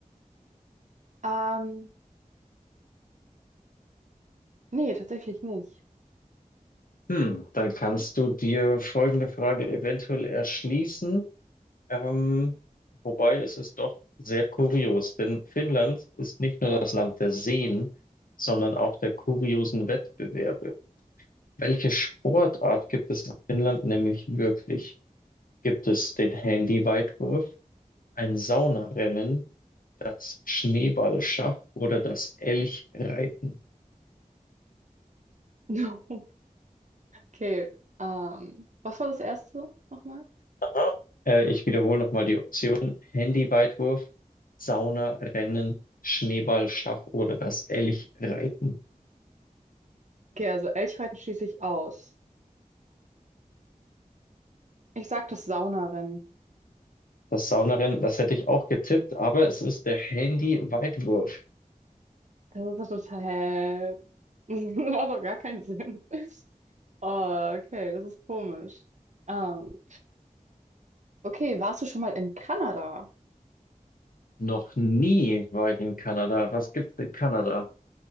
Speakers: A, on the right (about 55°); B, on the left (about 80°).
A: Ähm, nee, tatsächlich nicht.
B: Hm, dann kannst du dir folgende Frage eventuell erschließen. Ähm, wobei es ist doch sehr kurios, denn Finnland ist nicht nur das Land der Seen, sondern auch der kuriosen Wettbewerbe. Welche Sportart gibt es in Finnland nämlich wirklich? Gibt es den Handyweitwurf, ein Saunarennen, das Schneeballschach oder das Elchreiten?
A: <laughs> Was? Okay. Ähm, was war das erste nochmal?
B: Aha. Äh, ich wiederhole nochmal die Option. Handyweitwurf, Saunarennen, Schneeballschach oder das Elchreiten.
A: Okay, also Elchreiten schließe ich aus. Ich sag das Saunarennen.
B: Das Saunarennen, das hätte ich auch getippt, aber es ist der Handy-Weitwurf.
A: Das ist doch total. <laughs> Macht doch gar keinen Sinn. Oh, okay, das ist komisch. Ähm, okay, warst du schon mal in Kanada?
B: Noch nie war ich in Kanada. Was gibt's in Kanada?